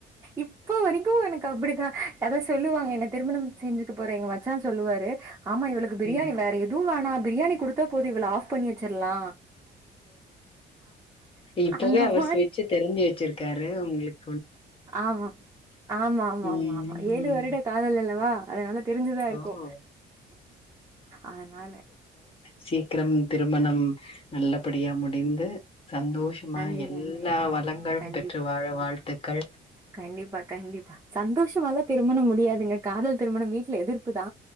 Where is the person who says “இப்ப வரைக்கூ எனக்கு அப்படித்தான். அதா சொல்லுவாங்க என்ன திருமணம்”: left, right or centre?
Right